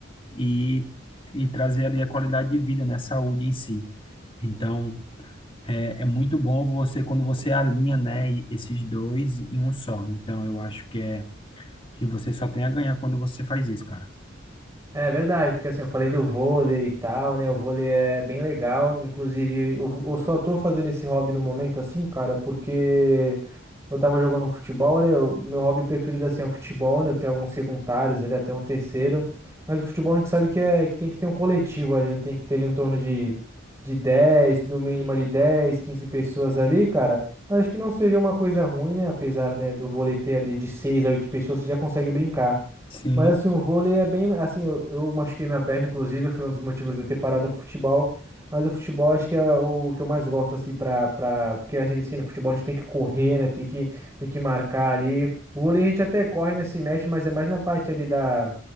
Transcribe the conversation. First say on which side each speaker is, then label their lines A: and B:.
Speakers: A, on the left; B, on the right.
A: e, e trazer ali a qualidade de vida, né, saúde em si. Então, é, é muito bom você, quando você alinha, né, esses dois em um só. Então, eu acho que é que você só tem a ganhar quando você faz isso, cara.
B: É verdade, porque assim, eu falei do vôlei e tal, né? O vôlei é bem legal. Inclusive, eu, eu só tô fazendo esse hobby no momento, assim, cara, porque Eu tava jogando um futebol, né? O meu hobby preferido assim é o futebol, né? Eu tenho alguns secundários, ele até um terceiro. Mas o futebol a gente sabe que é que tem que ter um coletivo ali, né? Tem que ter ali em torno de, de 10 no mínimo ali 10 15 pessoas ali, cara. Mas acho que não seja uma coisa ruim, né? Apesar, né, do vôlei ter ali de 6 a 8 pessoas, você já consegue brincar.
A: Sim,
B: Mas assim, o vôlei é bem. Assim, eu, eu machuquei minha perna, inclusive, foi um dos motivos de eu ter parado com o futebol. Mas o futebol acho que é o que eu mais gosto, assim, pra, pra... Porque assim, assim, no futebol a gente tem que correr, né? Tem que, tem que marcar ali. O vôlei a gente até corre, né? Se mexe, mas é mais na parte ali da.